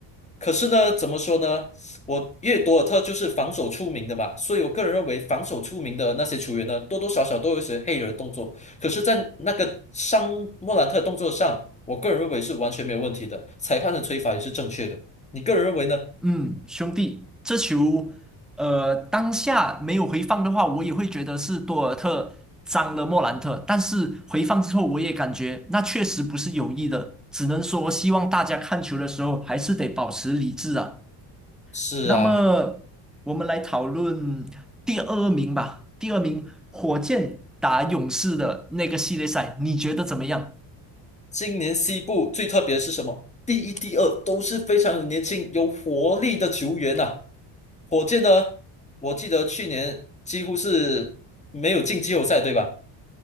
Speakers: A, on the left (about 15°); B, in the centre.
A: 可是呢，怎么说呢？我因为多尔特就是防守出名的嘛，所以我个人认为防守出名的那些球员呢，多多少少都有一些黑人的动作。可是，在那个伤莫兰特动作上，我个人认为是完全没有问题的，裁判的吹罚也是正确的。你个人认为呢？
B: 嗯，兄弟，这球，呃，当下没有回放的话，我也会觉得是多尔特脏了莫兰特。但是回放之后，我也感觉那确实不是有意的，只能说希望大家看球的时候还是得保持理智啊。
A: 是啊。
B: 那么我们来讨论第二名吧，第二名火箭打勇士的那个系列赛，你觉得怎么样？
A: 今年西部最特别的是什么？第一、第二都是非常年轻、有活力的球员呐、火箭呢，我记得去年几乎是没有进季后赛，对吧？